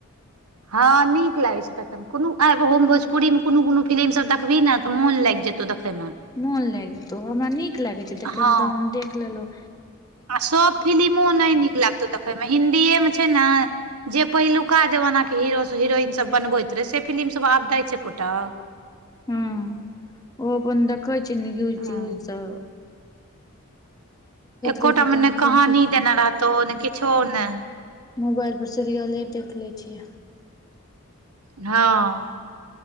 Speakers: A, on the right; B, on the left.
A: हँ नीक लागै छै तखन कोनो आय ब भोजपुरी में कुनु-कुनु फिलिम सब देखबही न तऽ मोन लाइग जेतौ देखऽ में
B: मोन लाइग जेतौ हमरा नीक लागै छै देखऽ
A: हँ
B: में तऽ हम देख लेलौं
A: आ सब फिलिमो नहि नीक लागै तऽ देखे में हिन्दीए में छै ने जे पहिलुका जमाना के हीरो सब हिरोइन सब बनबैत से फिलिम सब आब दै छै एकोटा
B: हू ओ अपन देखइ छै न्यूज-त्यूज
A: हँ
B: स
A: एकोटा
B: रहै छै
A: मे
B: तऽ हम
A: ने
B: अपन
A: कहानी
B: से
A: देने रहतौ ने किछो ने
B: मोबाइल पर सीरियले देख लै छियै।
A: हँ